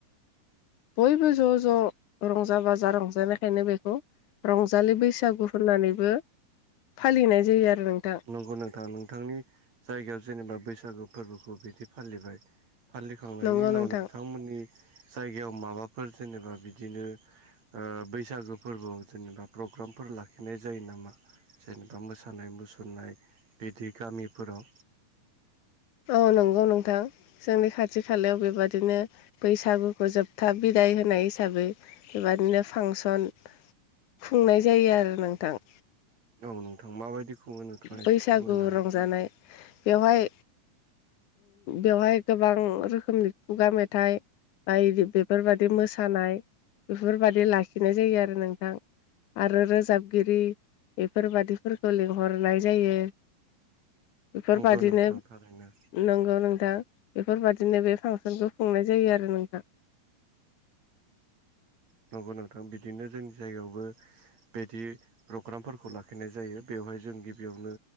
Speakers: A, on the left; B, on the right.
A: बयबो ज' ज' रंजा बाजा रंजानायखायनो बेखौ रंजालि बैसागु होननानैबो फालिनाय जायो आरो नोंथां
B: नंगौ नोंथाङा नोंथांनि जायगायाव जेनेबा बैसागु फोरबोखौ बिदि फालिबाय फालिखांनायनि
A: नंगौ
B: उनाव
A: नोंथां
B: नोंथांमोननि जायगायाव माबाफोर जेनेबा बिदिनो बैसागो फोरबोआव जेनेबा प्रग्रामफोर लाखिनाय जायो नामा जेनेबा मोसानाय मुसुर नाय बिदि गामिफोराव
A: औ नंगौ नोंथां जोंनि खाथि खालायाव बेबादिनो बैसागुखौ जोबथा बिदा दाय होनाय हिसाबै बेबादिनो फांसन खुंनाय जायो आरो नोंथां
B: औ नोंथां माबायदि खुङो नोंथाङा
A: बैसागु
B: एसे फोरमायनो हागोन
A: रंजानाय बेवहाय बेवहाय गोबां रोखोमनि खुगा मेथाइ बा बेफोरबादि मोसानाय बेफोरबादि लाखिनाय जायो आरो नोंथां आरो रोजाबगिरि बेफोरबादिफोरखौ लिंहरनाय जायो बेफोरबादिनो
B: नंगौ नोंथां थारैनो
A: नंगौ नोंथां बेफोरबादिनो बे फांसनखौ खुंनाय जायो आरो नोंथां
B: नंगौ नांथां बिदिनो जोंनि जायगायावबो बिदि प्रग्रामफोरखौ लाखिनाय जायो बेवहाय जों गिबियावनो